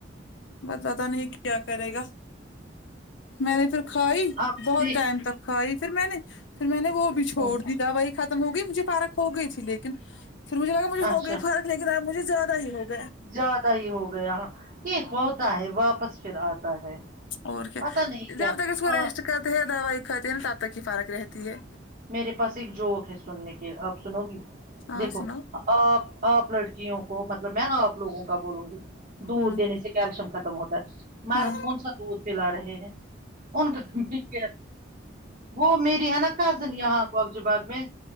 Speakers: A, on the left (about 75°); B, on the right (about 40°).
A: بس پتہ نہیں کہ کیا کرے گا میں نے پھر کھائی
B: اب
A: بہت
B: دیکھ
A: ٹائم تک کھائی پھر میں نے پھر میں نے وہ بھی چھوڑ
B: ہوں
A: دی دوائی ختم ہو گئی مجھے فرق ہو گئی تھی لیکن پھر مجھے لگا مجھے
B: اچھا
A: ہو گئی فرق لیکن آپ مجھے زیادہ ہی ہو گیا
B: زیادہ ہی ہو گیا ہاں یہ ہوتا ہے واپس پھر آتا ہے
A: اور کیا
B: پتا نہیں کیا
A: جب تک اس کو ریسٹ
B: آ
A: کرتے ہیں دوائی کھاتے ہیں تب تک ہی فرق رہتی ہے
B: میرے پاس ایک جوک ہے سننے کے آپ سنو گی
A: ہاں
B: دیکھو
A: سناؤ
B: آپ آپ لڑکیوں کو مطلب میں آپ لوگوں کا بولوں گی دودھ
A: ہوں
B: دینے سے کیلشیم ختم ہوتا ہے مرد
A: ہاں
B: کون سا دودھ پلا رہے ہیں ان کا ہی کیا وہ میری ہے نا کزن یہاں کوکج باغ میں